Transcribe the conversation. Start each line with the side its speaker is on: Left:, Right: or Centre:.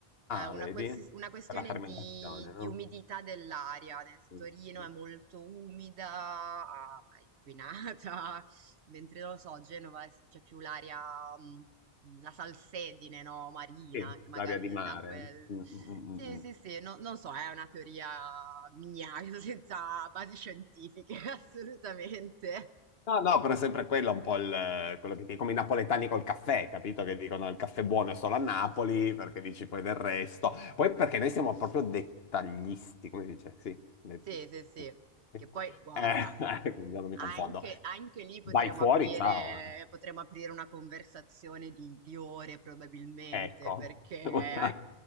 Left: Ah,
Right: È una,
Left: vedi?
Right: questi- una questione
Left: Per la fermentazione,
Right: di,
Left: no?
Right: di umidità dell'aria. Nel-
Left: Mm,
Right: Torino
Left: mm. mm.
Right: è molto umida, ah, è inquinata, <laughs> mentre non lo so, Genova è- c'è più l'aria, mh, la salsedine, no, marina,
Left: Sì,
Right: che magari
Left: l'aria di mare.
Right: dà quel...
Left: Mm, mm, mm,
Right: Sì,
Left: mm. mm.
Right: sì, sì, no- non so, è una teoria mia, <laughs> senza basi scientifiche, <laughs> assolutamente.
Left: No, no, però è sempre quello un po' il, quello che dicono come i napoletani col caffè, capito? Che dicono il caffè buono è solo a Napoli, perché dici poi del resto. Poi perché noi siamo proprio dettagliisti, come si dice? Sì. de-
Right: Sì,
Left: de-
Right: sì, sì.
Left: de-
Right: Che poi, guarda,
Left: eh, <laughs> quindi io non mi
Right: anche,
Left: confondo.
Right: anche lì potremmo
Left: Vai fuori,
Right: aprire,
Left: ciao. eh.
Right: potremmo aprire una conversazione di, di ore probabilmente,
Left: Ecco.
Right: perché
Left: <laughs>